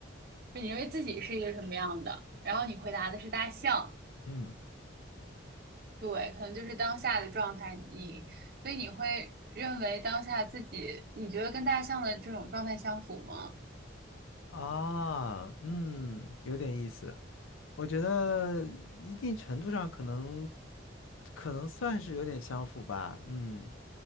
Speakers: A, on the right; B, on the left.
A: 就你认为自己是一个什么样的。然后你回答的是大象，
B: 嗯
A: 对，可能就是当下的状态，你所以你会认为当下自己，你觉得跟大象的这种状态相符吗？
B: 啊，嗯，有点意思。我觉得一定程度上可能可能算是有点相符吧。嗯